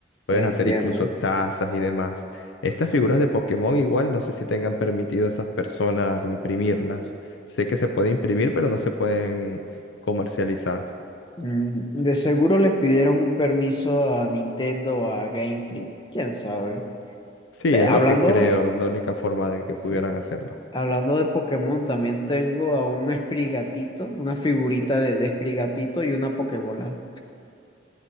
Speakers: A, on the left (about 80°); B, on the left (about 25°).
A: Puedes
B: entiendo.
A: hacer incluso tazas y demás. Estas figuras de Pokémon igual no sé si tengan permitido a esas personas imprimirlas. Sé que se puede imprimir, pero no se pueden comercializar.
B: Mm, De seguro le pidieron un permiso a Nintendo o a Game Freak, quién sabe.
A: Sí,
B: Te-
A: es
B: hablando,
A: lo que creo, la única forma de que
B: sí,
A: pudieran hacerlo.
B: hablando de Pokémon, también tengo a un Sprigatito, una figurita de, de Sprigatito y una Pokébola.